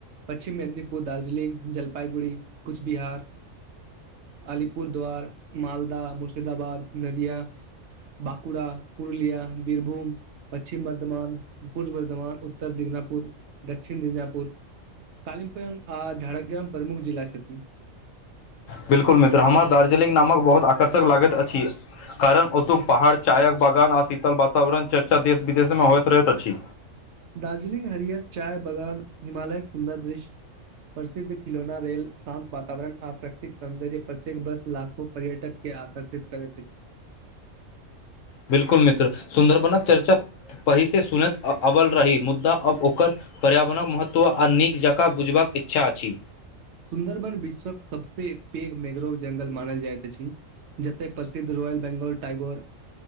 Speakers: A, on the right (about 65°); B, on the left (about 75°).
A: पश्चिम मेदनीपुर ओ दार्जिलिंग जलपाइगुड़ी कुछ बिहार अलिपुरद्वार मालदाह मुर्शिदाबाद नदिया बाँकुड़ा वीरभूम पश्चिम बर्धमान पूर्व बर्धमान उत्तर दिजनापुर दक्षिण दिजनापुर कालीमपुर आ झड़ग्राम प्रमुख जिला छथि
B: बिल्कुल मित्र हमर दार्जिलिंग नामक बहुत आकर्षक लागैत अछि कारण ओतुक पहाड़ चायक बागान आ शीतल वातावरण चर्चा देश विदेशमे होइत रहैत अछि
A: दार्जिलिंग हरिहर चाय बगान हिमालयके सुन्दर दृश्य प्रसिद्ध खिलौना रेल शान्त वातावरण आ प्रतेक सौन्दर्य प्रत्येक बस लाखो पर्यटक के आकर्षित करैत अछि
B: बिल्कुल मित्र सुन्दरबनक चर्चा पहिसँ सुनैत अबल रही मुद्दा अब ओकर पर्यावरणक महत्व तो आ नीक जकाँ बुझबाक इच्छा अछि
A: सुन्दरबन विश्वक सबसँ पेघ मैग्रोव जंगल मानल जायत छी जते प्रसिद्ध रॉयल बेंगौल टाइगोर